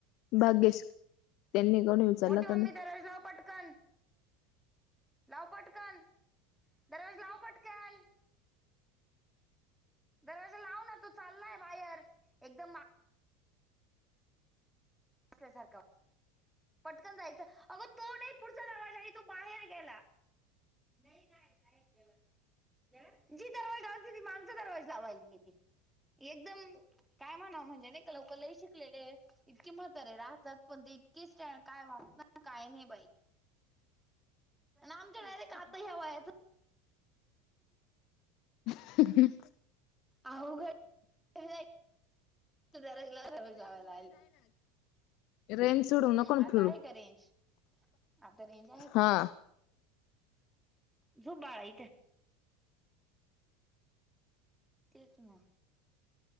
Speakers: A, on the left; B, in the centre.
A: भाग्येश त्यांनी कोणी ऊचला
B: मोठी मम्मी
A: का नाही.
B: दरवाजा लाव पटकन लाव पटकन, दरवाजा लाव पटकन. दरवाजा लाव ना तो चाललाय बाहेर एकदमा... असल्यासारख... पटकन जायचं अगं तो नाही पुढचा दरवाजा ही तो बाहेर गेला. नाही काय बाहेर गेला तो. गेला जी दरवाजा लावायची ती मागचा दरवाजा लावाय कि ती. एकदम काय म्हणाव म्हणजे नाही का लवकर लही शिकलेले इतकी मह... सरे राहतात पण ते इतकीच स्टन काय वाप काय नाही बाई. आमच्या डायरेक्ट आता ह्या वयाच.
A: हमह..
B: अहो घडला दरवाजा लावायला आली.
A: रेंनस सोडू
B: हम्म
A: नको
B: आता
A: फिरू
B: आहे का रेंज आता रेंज आहे का
A: हा.
B: झोप बाळा इथे. तेच म.